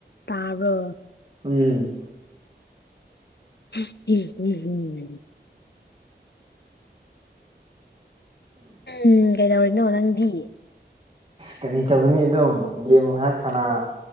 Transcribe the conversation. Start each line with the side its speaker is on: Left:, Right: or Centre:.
Left: ꯇꯔꯣ
Right: ꯎꯝ
Left: <unintelligible> ꯎꯝ ꯀꯩꯗꯧꯔꯤꯅꯣ ꯅꯪꯗꯤ
Right: ꯀꯔꯤ ꯇꯧꯒꯅꯤ ꯑꯗꯨꯝ ꯒꯦꯝ ꯉꯥꯏꯍꯥꯛ ꯁꯥꯟꯅ